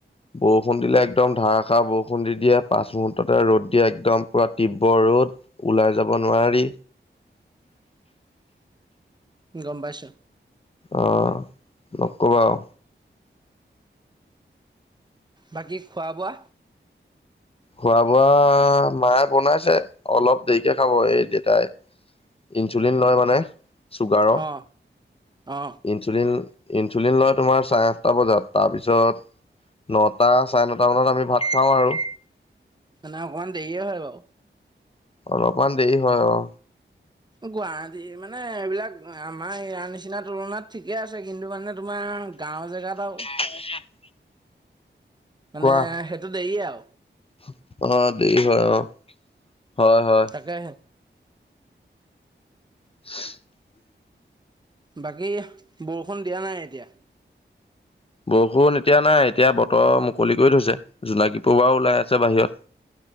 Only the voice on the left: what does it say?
বৰষুণ দিলে একদম ধাৰাষাৰ বৰষুণ দি দিয়ে, পাঁচ মুহূৰ্ততে ৰ'দ দিয়ে একদম পুৰা তীব্ৰৰ ৰ'দ, ওলাই যাব নোৱাৰি
অহ নকবা আও।
খোৱা বোৱা মায়ে বনাইছে, অলপ দেৰিকে খাব, এই দেউতাই ইনচুলিন লয় মানে, চুগাৰৰ,
ইনচুলিন ইনচুলিন লয় তোমাৰ চাৰে আঠটা বজাত, তাৰপিছত নটা, চাৰে নটা মানত আমি ভাত খাওঁ আৰু।
অলপমান দেৰি হয়, অ।
<inaudible>
কোৱা,
অ', দেৰি হয়, অ। হয়-হয়।
<inaudible>
বৰষুণ এতিয়া নাই, এতিয়া বতৰ মুকলি কৰি থৈছে। জোনাকী পৰোৱাও ওলাই আছে বাহিৰত।